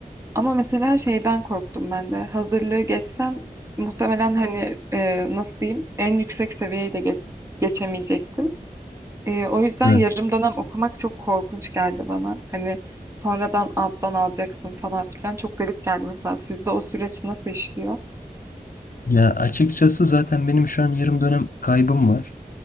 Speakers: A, on the right (about 20°); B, on the left (about 65°).
A: Ama mesela şeyden korktum ben de. Hazırlığı geçsem muhtemelen hani e, nasıl diyeyim en yüksek seviyeye de ge- geçemeyecektim. E, o yüzden
B: Evet.
A: yarım dönem okumak çok korkunç geldi bana. Hani sonradan alttan alacaksın falan filan çok garip geldi mesela. Sizde o süreç nasıl işliyor?
B: Ya açıkçası zaten benim şu an yarım dönem kaybım var.